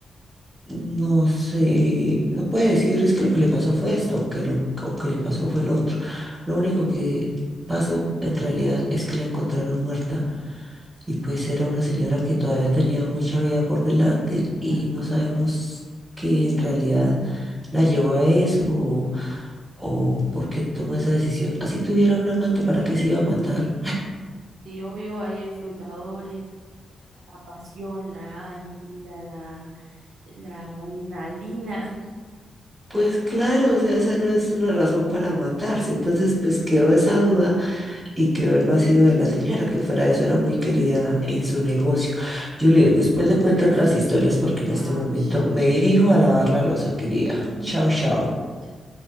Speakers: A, on the right (about 20°); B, on the right (about 75°).
A: No sé, no puede decir es que lo que le pasó fue esto o que lo o que le pasó fue lo otro. Lo único que pasó en realidad es que la encontraron muerta y pues era una señora que todavía tenía mucha vida por delante
B: Ya.
A: y no sabemos que en realidad la llevó a eso o, o por qué tomó esa decisión. Así tuviera un amante, ¿para qué se iba a matar?
B: Sí, obvio, hay el frutado doble. la pasión, la intriga, la, la adrenalina.
A: Pues claro, o sea, esa no es una razón para matarse. Entonces, pues quedó esa duda y quedó el vacío de la señora, que fuera de eso era muy querida en su negocio. Julie, después
B: <laughs>
A: le cuento otras historias porque en este
B: Ash.
A: momento me dirijo a lavar la loza, querida.
B: <laughs>
A: Chao,
B: Bueno,
A: chao.
B: vale, chao.